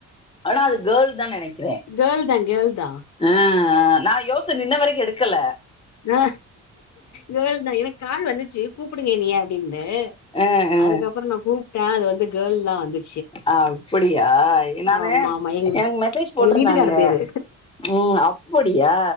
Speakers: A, on the left (about 20°); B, on the left (about 65°).
A: ஆனா அது கேள்தா நெனைக்கிறே
B: கேர்ள் தா கேர்ள் தா
A: ஆ ஆ நான் யோச்சுட்டு இன்ன வரைக்கு எடுக்கல
B: ஆ கேள் எனக்கு கால் வந்துச்சுடி கூப்டுங்க என்னய அப்டின்னு
A: ஆ ஆ
B: அதுக்கப்றோ நா கூப்ட்டே அது வந்து கேள்லா வந்து
A: அ அப்டியா நானு
B: ஆமா ஆமா எங்க
A: எனக்கு மெசேஜ் போட்ருந்தாங்க
B: எங்க வீட்டுக்காரு பேரு
A: உம் அப்புடியா